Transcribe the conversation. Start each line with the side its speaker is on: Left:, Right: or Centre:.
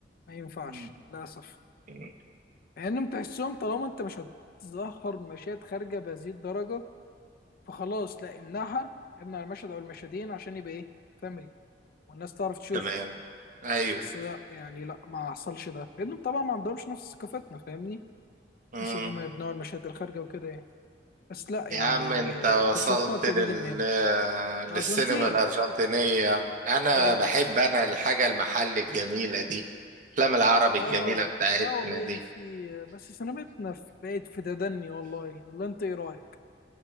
Left: ما ينفعش
Right: مم.
Left: للاسف
Right: مم.
Left: مع انهم تحسهم طالما انت مش هتظهر مشاهد خارجه بهذه الدرجه فخلاص لا امنعها امنع المشهد او المشهدين عشان يبقى ايه فاميلي والناس تعرف تشوفه
Right: تمام ايوه
Left: بس لا يعني لا ما حصلش ده لان طبعا ما عندهمش نفس ثقافتنا فاهمني
Right: مم.
Left: بحيث ان هم يبنوا المشاهد الخارجه وكده يعني بس لا يعني
Right: يا عم انت وصلت
Left: قصتنا ابتدت
Right: لل
Left: من هنا الارجنتين
Right: للسينما الارجنتينية انا
Left: حاجه
Right: بحب انا الحاجة المحل الجميلة دي الافلام العربي الجميلة
Left: اه
Right: بتاعتنا
Left: لا والله
Right: دي
Left: في بس سنبتنا في بقت في تدني والله والله انت ايه رايك